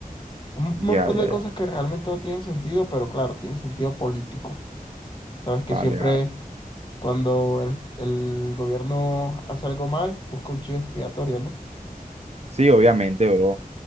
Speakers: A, on the left (about 30°); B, on the right (about 45°).
A: un montón
B: Ya, ya,
A: de
B: ya.
A: cosas que realmente no tienen sentido, pero claro, tienen sentido político. Sabes que
B: Vale,
A: siempre
B: vale.
A: cuando el, el gobierno hace algo mal, busca un chivo expiatorio, ¿no?
B: Sí, obviamente, bro.